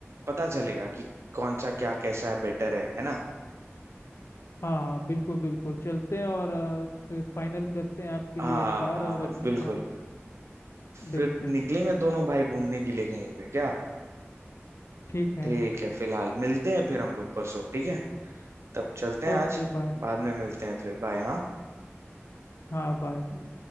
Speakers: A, on the right (about 70°); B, on the left (about 65°).
A: पता चलेगा कि कौन सा क्या कैसा है बेटर है है ना
B: हाँ हाँ बिल्कुल बिल्कुल चलते हैं और फाइनल करते हैं आपके
A: हाँ
B: लिए एक कार
A: हाँ
B: और अच्छे
A: बिल्कुल
B: से हम देखते
A: फिर
B: हैं
A: निकलेंगे दोनों भाई घूमने के लिए कहीं पे क्या
B: ठीक है
A: ठीक है फिलहाल मिलते हैं फिर हम लोग परसों ठीक है तब चलते हैं
B: ओके
A: आज
B: बाय
A: बाद में मिलते हैं फिर बाय हाँ
B: हाँ बाय बाय।